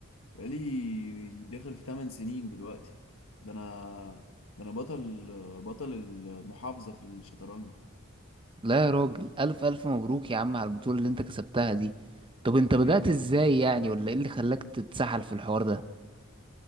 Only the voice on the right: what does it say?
لا يا راجل الف الف مبروك يا عم على البطولة اللي انت كسبتها دي طب انت
بدأت ازاي
يعني ولا ايه اللي خلاك تتسحل في الحوار ده